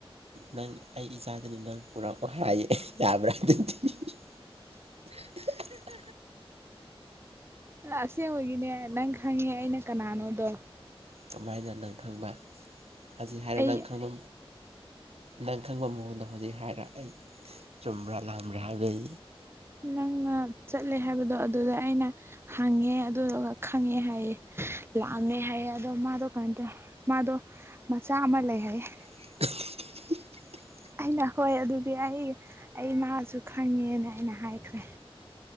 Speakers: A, on the right; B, on the right.
A: ꯅꯪ ꯑꯩ ꯏꯆꯥꯗꯅꯤ ꯅꯪ ꯄꯨꯔꯛꯑꯣ ꯍꯥꯏꯌꯦ ꯌꯥꯕ꯭ꯔꯥ ꯑꯗꯨꯗꯤ <unintelligible>
B: ꯑꯁꯦꯡꯕꯒꯤꯅꯦ ꯅꯪ ꯈꯪꯉꯦ ꯑꯩꯅ ꯀꯅꯥꯅꯣꯗꯣ꯫
A: ꯀꯃꯍꯥꯏꯅ ꯅꯪ ꯈꯪꯕ ꯍꯧꯖꯤꯛ ꯍꯥꯏꯔ
B: ꯑꯩ
A: ꯅꯪ ꯈꯪꯕ ꯅꯪ ꯈꯪꯕ ꯃꯑꯣꯡꯗ ꯍꯧꯖꯤꯛ ꯍꯥꯏꯔ ꯑꯩ ꯆꯨꯝꯕ꯭ꯔꯥ ꯂꯜꯕꯔ ꯍꯥꯏꯕꯩ
B: ꯅꯪꯅ ꯆꯠꯂꯦ ꯍꯥꯏꯕꯗꯣ ꯑꯗꯨꯗ ꯑꯩꯅ ꯍꯪꯉꯦ ꯑꯗꯨꯗꯨꯒ ꯈꯪꯉꯦ ꯍꯥꯏꯌꯦ ꯂꯥꯛꯑꯝꯃꯦ ꯍꯥꯏꯌꯦ ꯑꯗꯣ ꯃꯥꯗꯣ ꯀꯃꯥꯏ ꯇꯧꯋ ꯃꯥꯗꯣ ꯃꯆꯥ ꯑꯃ ꯂꯩ ꯍꯥꯏꯌꯦ꯫
A: <unintelligible>
B: ꯑꯩꯅ ꯍꯣꯏ ꯑꯗꯨꯗꯤ ꯑꯩ ꯑꯩꯃꯁꯨ ꯈꯪꯉꯦꯅ ꯑꯩꯅ ꯍꯥꯏꯈ꯭ꯔꯦ꯫